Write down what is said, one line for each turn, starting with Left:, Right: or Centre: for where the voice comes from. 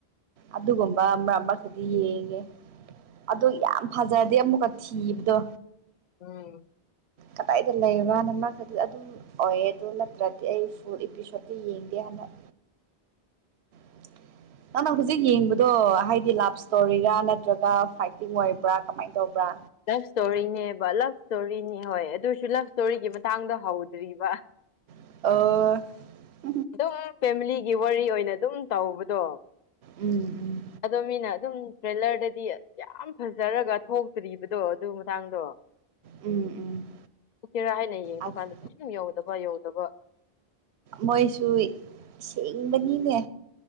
Right: ꯑꯗꯨꯒꯨꯝꯕ ꯃꯔꯛ ꯃꯔꯛꯇꯗꯤ ꯌꯦꯡꯉꯦ ꯑꯗꯨ ꯌꯥꯝ ꯐꯖꯔꯗꯤ ꯑꯃꯨꯛꯀ ꯊꯤꯕꯗꯣ
Left: ꯎꯝ
Right: ꯀꯗꯥꯏꯗ ꯂꯩꯕ꯭ꯔꯅ ꯃ꯭ꯔꯛꯇꯗꯤ ꯑꯗꯨꯝ ꯑꯣꯏꯌꯦ ꯑꯗꯨ ꯅꯠꯇ꯭ꯔꯗꯤ ꯑꯩ ꯐꯨꯜ ꯏꯄꯤꯁꯣꯠꯇ ꯌꯦꯡꯗꯦ ꯍꯟꯗꯛ <unintelligible> ꯅꯪꯅ ꯍꯧꯖꯤꯛ ꯌꯦꯡꯕꯗꯨ ꯍꯥꯏꯗꯤ ꯂꯥꯐ ꯁ꯭ꯇꯣꯔꯤꯔꯥ ꯅꯠꯇ꯭ꯔꯥꯒ ꯐꯥꯏꯇꯤꯡ ꯑꯣꯏꯕ꯭ꯔꯥ ꯀꯃꯥꯏ ꯇꯧꯕ꯭ꯔꯥ
Left: ꯂꯐ ꯁ꯭ꯇꯣꯔꯤꯅꯦꯕ ꯂꯐ ꯁ꯭ꯇꯣꯔꯤꯅꯦ ꯍꯣꯏ ꯑꯗꯨꯏꯁꯨ ꯂꯐ ꯁ꯭ꯇꯣꯔꯤꯒꯤ ꯃꯇꯥꯡꯗ ꯍꯧꯗ꯭ꯔꯤꯕ
Right: <unintelligible>
Left: ꯗꯨꯝ ꯐꯦꯃꯤꯂꯤꯒꯤ ꯋꯥꯔꯤ ꯑꯣꯏꯅ ꯗꯨꯝ ꯇꯧꯕꯗꯣ
Right: ꯎꯝ ꯎꯝ
Left: ꯑꯗꯣ ꯃꯤꯅ ꯑꯗꯨꯝ ꯇ꯭ꯔꯦꯂꯔꯗꯗꯤ ꯌꯥꯝ ꯐꯖꯔꯒ ꯊꯣꯛꯇ꯭ꯔꯤꯕꯗꯣ ꯑꯗꯨ ꯃꯇꯥꯡꯗꯣ
Right: ꯎꯝ ꯎꯝ
Left: ꯎꯠꯀꯦꯔꯥ ꯍꯥꯏꯅ ꯌꯦꯡꯕ
Right: ꯑꯁ
Left: ꯀꯥꯟꯗ ꯗꯨꯝ ꯌꯧꯗꯕ ꯌꯧꯗꯕ
Right: ꯃꯣꯏꯁꯨ ꯁꯤꯡꯕꯅꯤꯅꯦ